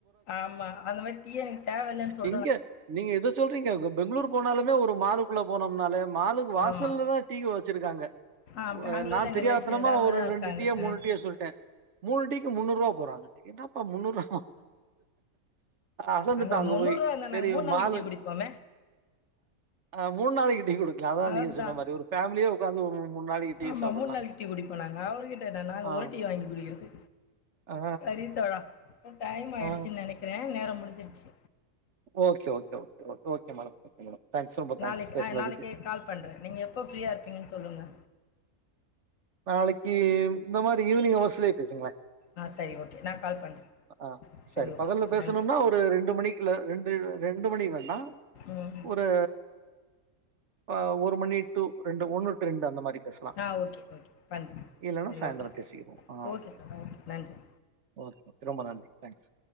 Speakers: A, on the left; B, on the right.
A: ஆமா அந்த மாரி டீயே எனக்கு தேவல்ல சொல்
B: எங்க நீங்க இத சொல்றீங்க பெங்ளூர் போனாலுமே ஒரு மாலுக்குள்ள போனோம்னாலே மாலுக்கு வாசல்ல
A: ஆமாம்
B: தா டீ வச்சிருக்காங்க
A: ஆ
B: ஒ
A: பெங்களூரில்
B: அ நா
A: எங்கள்
B: தெரியாத்தனமா
A: ரிலேஷன் இல்லாமல்
B: ஒரு
A: தான் இருக்காங்க
B: ரெண்டு டீயே மூணு
A: ஆ
B: டீயே சொல்லிட்டே மூணு டீ போறாங்க டிக்கெட் என்னாப்பா முண்ணூறுவா அசந்துட்டா
A: அந்த
B: அங்க
A: முந்நூறுரூவா
B: போய்
A: இருந்தால்
B: சேரி
A: நாங்கள் மூணு நாளைக்கு
B: மாலு
A: டீ குடிப்போமே
B: அ மூணு நாளைக்கு டீ குடி க்கல அதா
A: அதுதான்
B: நீங்க சொன்ன மாரி ஒரு ஃபேமிலியே ஒக்காந்து ஒரு மூண் நாளைக்கு டீ
A: ஆமாம்
B: சாப்டலா
A: மூணு நாளைக்கு டீ குடிப்போம் நாங்கள் அவர்கிட்ட என்ன நாங்கள்
B: ஆ
A: ஒரு டீ வாங்கி குடிக்கிறது
B: ஆ,
A: செரி தோழா டைம் ஆய்டுச்சுன்னு
B: ஆ.
A: நெனைக்கிறே நேரொ முடிஞ்சிருச்சு
B: okay okay okay okay madam okay madam thanks ரொம்ப
A: நாளைக்கு
B: தேங்க்ஸ் பேசுனதுக்கு.
A: ஆ நாளைக்கு கால் பண்றே நீங்க எப்போ ஃப்ரீயா இருப்பீங்கன்னு சொல்லுங்க
B: நாளைக்கி இந்த மாரி ஈவினிங் அவர்ஸ்லயே பேசுங்களே
A: ஆ சரி ஓகே நான் கால் பண்ணுறேன்
B: ஆ சரி
A: ஓகே
B: பகல்ல
A: தோழா
B: பேசணும்னா
A: நன்றி
B: ஒரு ரெண்டு மணிக் இல்ல ரெண்டு ரெண்டு மணி வேண்டா
A: ம்
B: ஒரு அ ஒரு மணி டூ ரெண்டு ஒண்ணு ரெண்டு அந்த மாரி பேசலா
A: ஆ ஓகே ஓகே பண்ணுறேன்
B: இல்லன்னா
A: சரி
B: சாய்ந்ரோ
A: ஓகே தோழா
B: பேசிக்கடுவோ ஆ
A: ஓகே தோழா ஓகே நன்றி
B: ஓகே ரொம்ப நன்றி தங்க்ஸ்